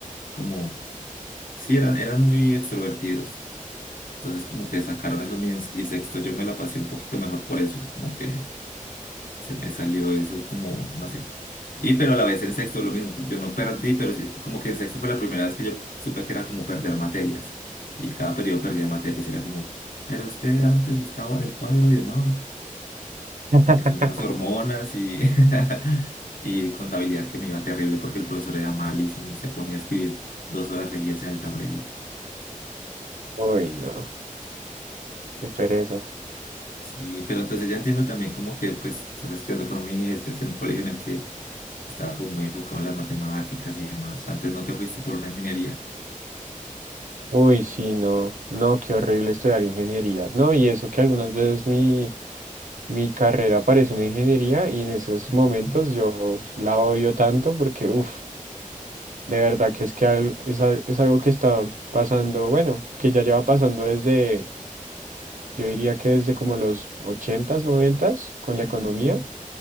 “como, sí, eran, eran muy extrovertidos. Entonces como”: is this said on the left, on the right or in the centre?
Left